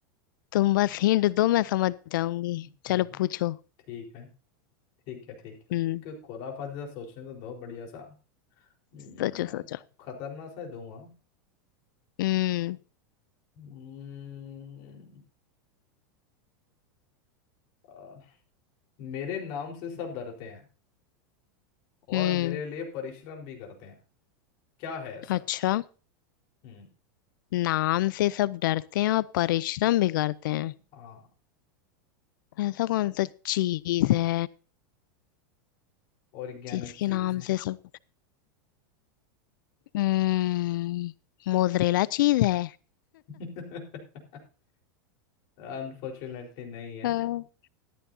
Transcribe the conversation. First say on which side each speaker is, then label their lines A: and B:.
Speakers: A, on the left; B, on the left.
A: तुम बस हिंट दो मैं समझ जाऊंगी
B: हम्म,
A: चलो पूछो
B: ठीक है ठीक है ठीक है
A: हम्म
B: एक खुराफा जैसा सोचने तो दो बढ़िया सा हम्म,
A: सोचो
B: मैं
A: सोचो
B: खतरनाक सा ही दूंगा
A: हम्म
B: हम्म, आ, मेरे नाम से सब डरते हैं और
A: हम्म
B: मेरे लिए परिश्रम भी करते हैं क्या है ऐसा
A: अच्छा
B: हम्म
A: नाम से सब डरते हैं और परिश्रम भी करते हैं
B: हाँ
A: ऐसा कौन सा चीज है
B: ऑर्गेनो
A: जिसके
B: चीज
A: नाम
B: है
A: से सब हम्म मोजरेला चीज है
B: <laughs> अनफॉर्चुनेटली नहीं है
A: हाँ।